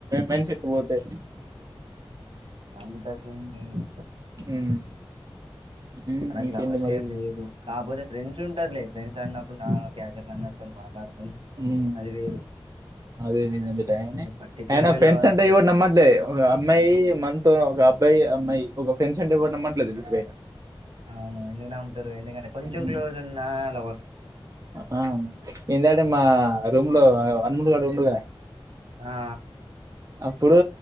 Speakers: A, on the right; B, on the right.
A: మంచికును పోతే
B: అంత సీన్ లేదు
A: ఉమ్ ఉమ్
B: మనకు
A: ఇంకేంటి
B: లావర్స్
A: మరి
B: ఏం లేరూ కాకపోతే ఫ్రెండ్స్ ఉంటారు. లే ఫ్రెండ్స్ అన్నప్పుడు నార్మల్గ క్యాజువల్ గా అందరితోనూ మాట్లాడుతవు
A: ఉమ్
B: అది వేరు
A: అదే నిన్న మీటయిన
B: ఇంక పర్టికులర్
A: అయిన
B: గా
A: ఫ్రెండ్స్
B: లవర్
A: అంటె
B: అంటే
A: ఏవడు నమ్మట్లే అమ్మాయి అంత ఒక అబ్బాయి అమ్మాయి ఒక ఫ్రెండ్స్ అంటే ఎవ్వడు నామ్మట్లే తెలుస బయట
B: అవును ఎందుకు నామ్ముతరు ఎందుకంటే కొంచెం
A: ఉమ్.
B: క్లోజ్ ఉన్నా అలా
A: ఆ ఏంద అంటే మా రూమ్ లో అమ్ములు గాడు ఉండుగా
B: ఆ
A: అప్పుడు